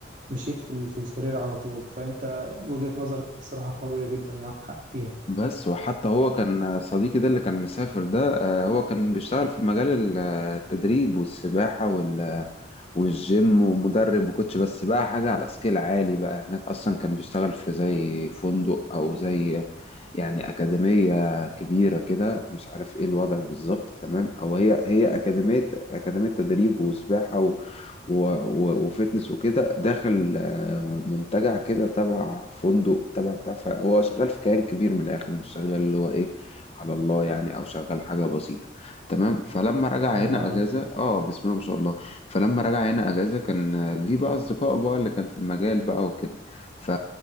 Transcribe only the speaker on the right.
مشيت في, ال- في الكارير على طول فأنت وجهة نظرك صراحة قوية جدا ومعاك حق فيها
ما شاء الله
عليك